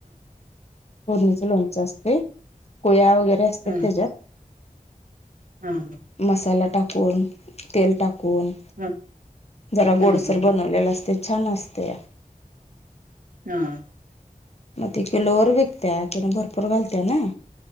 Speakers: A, on the left; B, on the right.
A: फोडणीच लोणचं असतय, कोया वगैरे असत्यात
B: हं
A: तेज्यात.
B: हं हं
A: मसाला टाकून तेल टाक कुन
B: हं हं
A: जरा
B: हं
A: गोडसर
B: हं हं
A: बनवलेलं असतय छान असतया.
B: हा.
A: मग ते किलो वर विकत्या तिनं भरपूर घालत्या नाई.